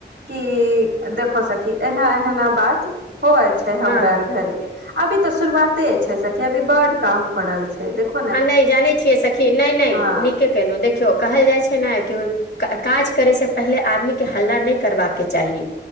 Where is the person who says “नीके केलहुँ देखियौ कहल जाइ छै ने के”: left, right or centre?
Left